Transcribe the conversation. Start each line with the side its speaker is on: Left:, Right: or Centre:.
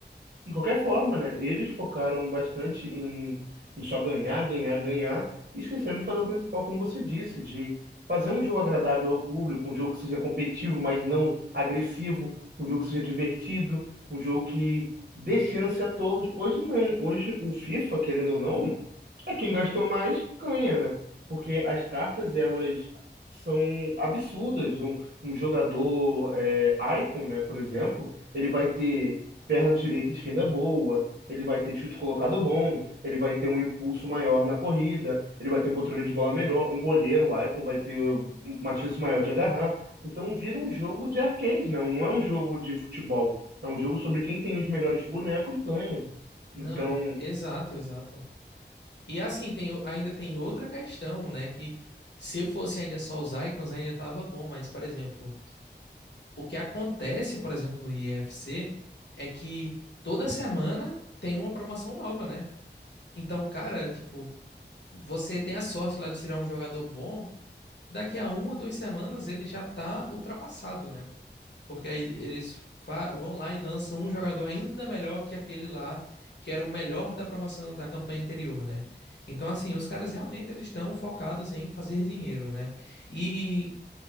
Right: de qualquer forma, né? Eles focaram bastante em, em só ganhar, ganhar, ganhar, e esqueceram de fazer o principal, como você disse, de fazer um jogo agradável ao público, um jogo que seja competitivo, mas não agressivo, um jogo que seja divertido, um jogo que dê chance a todos. Hoje não, hoje o FIFA, querendo ou não, é quem gastou mais ganha, né? Porque as cartas, elas são absurdas. Um, um jogador é, Icon, né, por exemplo, ele vai ter perna direita e esquerda é boa, ele vai ter chute colocado bom, ele vai ter um impulso maior na corrida, ele vai ter um controle de bola melhor, um goleiro, o Icon vai ter uma chance maior de agarrar. Então vira um jogo de arcade, não, não é um jogo de futebol. É um jogo sobre quem tem os melhores bonecos ganha.
Left: Não,
Right: Então,
Left: e- exato, exato. E assim, tem, o- ainda tem outra questão, né? Que se fosse ainda só os icons, ainda tava bom, mas, por exemplo, o que acontece, por exemplo, no IEFC é que toda semana tem uma promoção nova, né? Então, cara, tipo, você tem a sorte lá de tirar um jogador bom. Daqui a uma, duas semanas ele já tá ultrapassado, né? Porque aí eles fa- vão lá e lançam um jogador ainda melhor que aquele lá, que era o melhor da promoção da campanha anterior, né? Então, assim, os caras realmente eles estão focados em fazer dinheiro, né? E